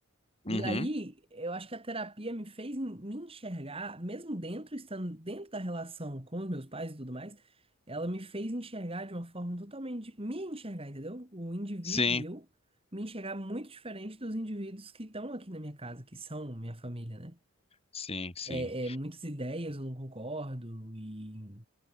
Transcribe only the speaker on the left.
Uhum.
Sim,
sim, sim,